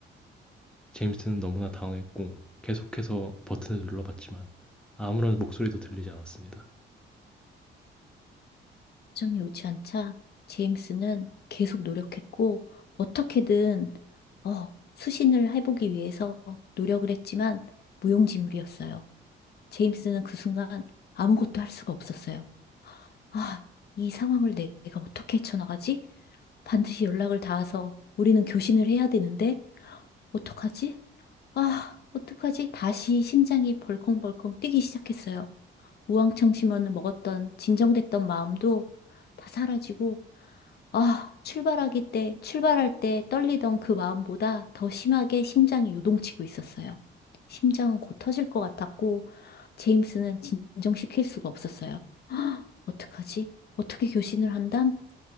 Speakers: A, in the centre; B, on the left.
A: 제임스는 너무나 당황했고 계속해서 버튼을 눌러봤지만 아무런 목소리도 들리지 않았습니다.
B: 정이 오지 않자 제임스는 계속 노력했고 어떻게든 어, 수신을 해보기 위해서 노력을 했지만 무용지물이었어요. 제임스는 그 순간 아무것도 할 수가 없었어요. 아, 이 상황을 내- 내가 어떻게 헤쳐나가지? 반드시 연락을 닿아서 우리는 교신을 해야 되는데 어떡하지? 아, 어떡하지? 다시 심장이 벌컹벌컹 뛰기 시작했어요. 우황청 심원을 먹었던 진정됐던 마음도 다 사라지고 아, 출발하기 때, 출발할 때 떨리던 그 마음보다 더 심하게 심장이 요동치고 있었어요. 심장은 곧 터질 것 같았고 제임스는 진정시킬 수가 없었어요. 어떡하지? 어떻게 교신을 한담?